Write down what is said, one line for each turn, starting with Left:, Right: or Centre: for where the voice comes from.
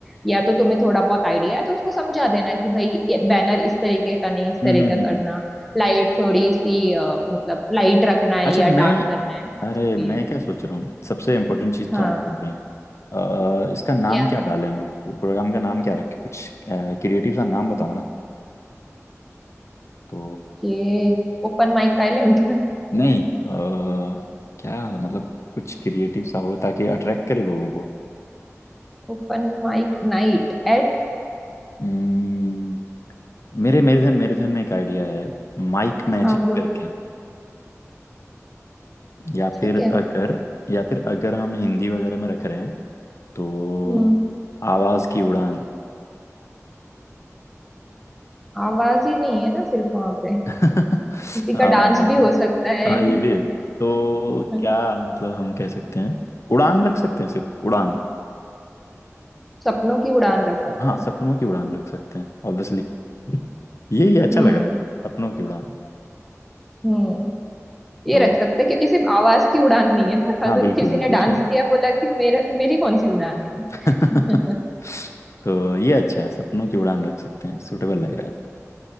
Centre: या तो तुम्हें थोड़ा बहुत आइडिया है तो उसको समझा देना कि भाई ये बैनर इस तरीके का नहीं इस
Left: हम्म
Centre: तरीके
Left: हम्म हम्म
Centre: का
Left: हम्म।
Centre: करना लाइट थोड़ी सी अ, मतलब लाइट रखना है
Left: अच्छा
Centre: या
Left: मैं
Centre: डार्क करना है जो
Left: अरे
Centre: भी
Left: मैं
Centre: है
Left: क्या सोच रहा हूँ सबसे इम्पोर्टेंट चीज़
Centre: हाँ
Left: तो हम भूल रहे हैं अ, इसका नाम
Centre: क्या
Left: क्या डालें हम लोग प्रोग्राम का नाम क्या रखें कुछ क्रिएटिव सा नाम बताओ ना तो
Centre: के open mic talent
Left: नहीं अ, क्या मतलब कुछ क्रिएटिव सा हो ताकि अट्रैक्ट करे लोगों को
Centre: Open mic night eight
Left: हम्म, मेरे मेरे ध्यान मेरे ध्यान में एक आइडिया है माइक मैजिक
Centre: <laughs> हाँ बोलो
Left: करके या
Centre: ठीक
Left: फिर
Centre: है
Left: अगर या फिर अगर हम हिंदी वगैरह में रख रहे हैं तो
Centre: हम्म
Left: आवाज की उड़ान
Centre: आवाज ही नहीं है ना सिर्फ वहां पे
Left: <laughs>
Centre: किसी का डांस
Left: अ,
Centre: भी हो सकता है
Left: हाँ ये भी है तो क्या
Centre: <laughs>
Left: मतलब हम कह सकते हैं उड़ान रख सकते हैं सिर्फ उड़ान
Centre: सपनों की उड़ान रख सकता
Left: हाँ
Centre: है
Left: सपनों की उड़ान रख सकते हैं ऑब्वियसली <laughs> ये ये अच्छा
Centre: हम्म
Left: लग रहा है सपनों की उड़ान
Centre: हम्म ये
Left: तो
Centre: रख सकते हैं, क्योंकि सिर्फ आवाज की उड़ान नहीं है ना
Left: हाँ
Centre: अगर
Left: बिल्कुल
Centre: किसी
Left: बिल्कुल
Centre: ने डांस
Left: उसमें
Centre: किया बोला कि मेरा मेरी कौन सी उड़ान है
Left: <laughs>
Centre: <laughs>
Left: तो ये अच्छा है सपनों की उड़ान रख सकते हैं सुटेबल लग रहा